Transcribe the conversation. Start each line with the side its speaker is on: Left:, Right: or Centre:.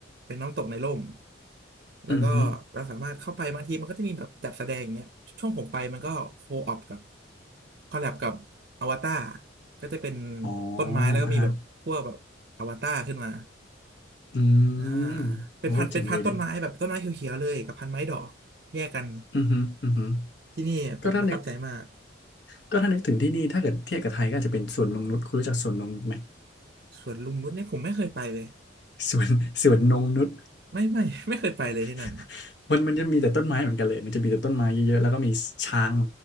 Right: เป็นน้ำตกในร่มแล้วก็เราสามารถเข้าไปบางทีมันก็จะมีแบบจัดแสดงอย่างเงี้ยช่วงผมไปมันก็โคออปกับ
Left: อืมฮึ
Right: คอลแลบกับอวตารก็จะเป็น
Left: อ๋อ
Right: ต้นไม้แล้วก็มีแบบพวกแบบอวตารขึ้นมา
Left: อ่าฮะอื
Right: อ่า
Left: ม
Right: เป็นพันเป็นพันต้นไม้แบบต้นไม้เขียวๆเลยกับพันไม้ดอกแยกกัน
Left: โอ้เจ๋งดีนะอืมฮึอืมฮึ
Right: ที่นี่ผมประทับใจมาก
Left: ก็ถ้านึกก็ถ้านึกถึงที่นี่ถ้าเกิดเทียบกับไทยก็อาจจะเป็นสวนนงนุชคุณรู้จักสวนนงนุชไหม
Right: สวนลุงนุชเนี่ยผมไม่เคยไปเลย
Left: สวนสวนนงนุช
Right: ไม่ไม่ <laughs> ไม่เคยไปเลยที่นั่น
Left: <laughs> มันมันจะมีแต่ต้นไม้เหมือนกันเลยมันจะมีแต่ต้นไม้เยอะๆแล้วก็มีช้าง